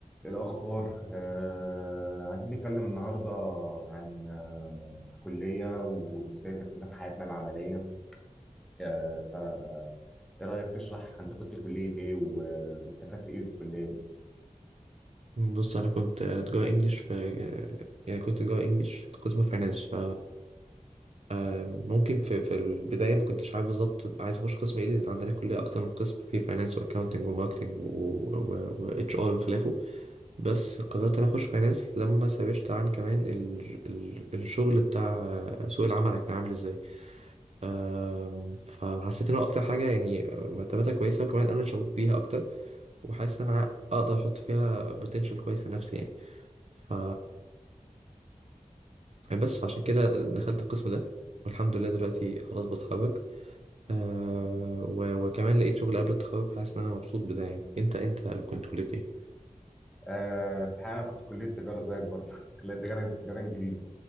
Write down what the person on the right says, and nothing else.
بص انا كنت جوه انجلش في يعني كنت جوه انجلش قسم فاينانس ف آم، ممكن في في البدايه ما كنتش عارف بالظبط عايز اخش قسم ايه لان عندنا كليه اكتر من قسم في فاينانس واكاونتنج وماركتنج واتش ار وخلافه بس قررت انا اخش فاينانس لما سرشت عن كمان ال... ال... الشغل بتاع سوق العمل كان عامل ازاي آم، فحسيت ان هو اكتر حاجه يعني مرتباتها كويسه وكمان انا شغوف بيها اكتر وحاسس ان انا اقدر احط فيها بوتنشال كويس لنفسي يعني ف بس فعشان كده دخلت القسم ده والحمد لله دلوقتي خلاص بتخرج أه و... وكمان لقيت شغل قبل التخرج فحاسس ان انا مبسوط بده يعني انت انت كنت كلية ايه؟